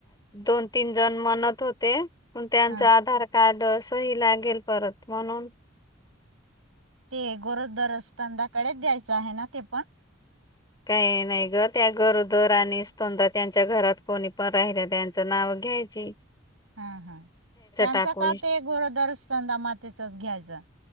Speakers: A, on the left; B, on the right.
A: दोन तीन जण म्हणत होते. त्यांचं
B: हा
A: आधार कार्ड सही लागेल परत म्हणून
B: ते गरोदर असतंदाकडेच द्यायचं आहे ना ते पण
A: काही नाही ग त्या गरोदर आणि स्ोनदाा त्यांच्या घरात कोणी पण राहिल्या त्यांचं नाव घ्यायचं. <inaudible>
B: हा हा त्यांच
A: टाकून
B: का ते गोरोदरंदा मातेचच घ्यायचं.